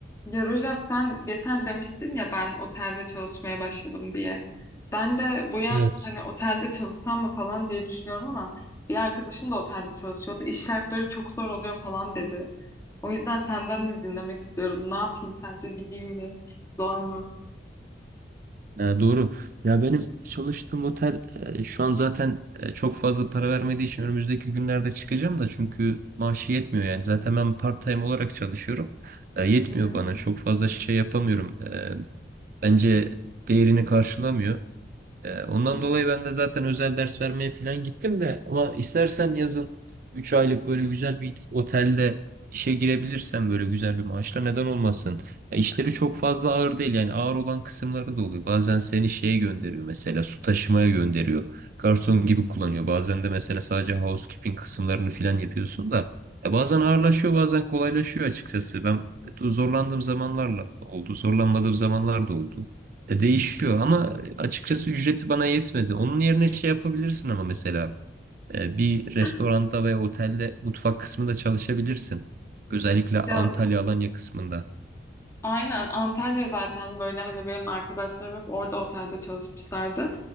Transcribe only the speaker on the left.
Ya Rojat sen geçen demiştin ya ben otelde çalışmaya başladım diye. Ben de bu yaz
hani otelde çalışsam mı falan diye düşünüyorum ama bir arkadaşım da otelde çalışıyordu. İş şartları çok zor oluyor falan dedi. O yüzden senden de dinlemek istiyorum. Ne yapayım sence gideyim mi? Zor mu?
Hı hı.
Hı hı.
Hı.
Ya
aynen Antalya zaten böyle hani benim arkadaşlarım hep orada otelde çalışmışlardı.